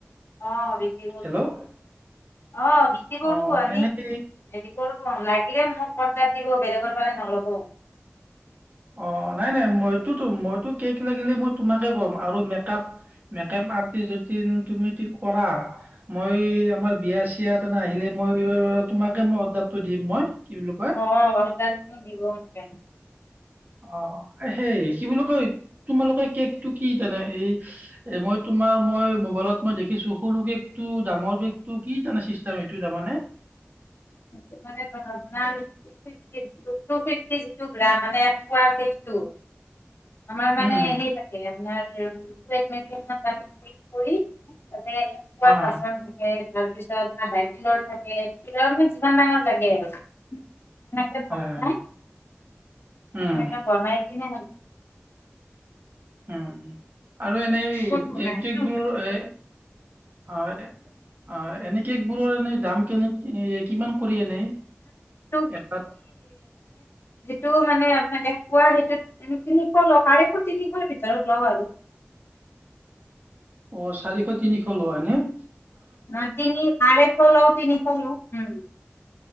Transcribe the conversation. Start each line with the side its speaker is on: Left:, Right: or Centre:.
Left: অ' বিক্ৰী কৰো,
Right: হেল্ল'
Left: অ' বিক্ৰী কৰো
Right: অ
Left: আমি
Right: এনেই
Left: হেৰি কৰ লাই <unintelligible> মোক অৰ্দাৰ দিব বেলেগৰ পৰা নল'ব।
Right: অঁ নাই নাই মইটোতো মই টো কেক লাগিলে মই তোমাকে কম আৰু মেকআপ অৰ্তিজতিন তুমি ঠিক কৰা মই আমাৰ বিয়া চিয়াতে ন আহি লাগিলে মই তোমাকে মই অৰ্ডাৰটো দিম মই কি বুলি কয়
Left: অ দিব <unintelligible>
Right: অ' সেই কি বুলি কয় তোমালোকে কেকটো কি তেনে এই এ মই তোমাৰ মই মোবাইলত মই দেখি দেখিছো সৰু কেক টো ডাঙৰ কেক টো কি তানে চিষ্টেম এইটো তাৰ মানে
Left: মানপ <unintelligible> কৰা মানে একো আৰু একো <unintelligible> আমাৰ মানে
Right: অঁ
Left: সেই থাকে আপোনাৰ েি্ কৰি <unintelligible> তে একুৱ
Right: হয়
Left: আচন্দে <unintelligible> তাৰ পিছত আধাকিলোৰ থাকে কিলোৰ মানে কিমান ডাঙৰ লাগে আৰু এনেকে
Right: হয়।
Left: বনাই
Right: উম
Left: এনেকে বনাই দিলে হ'ল
Right: উম' আৰু এনেই
Left: ক'ত বনাইছো
Right: কেক কেকবোৰ এ হয় হয় এনে কেক বোৰৰ এনেই দাম কেনে কিমান কৰি এনেই
Left: টু
Right: এটাত
Left: টো মানে আুৱা সেই তিনিশ লও আঢ়ৈশ তিনিশ ভিতৰত লওঁ আৰু <unintelligible>
Right: অঁ চাৰিশ তিনিশ লোৱা হয়?
Left: অ তিনি আাৰেফলও তিনি ফলো উ <unintelligible>